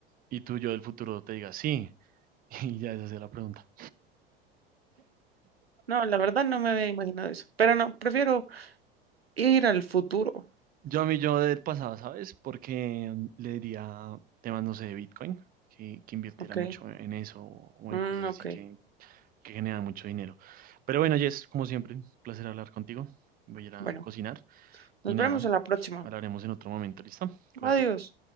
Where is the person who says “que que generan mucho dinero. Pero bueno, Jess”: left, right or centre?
Right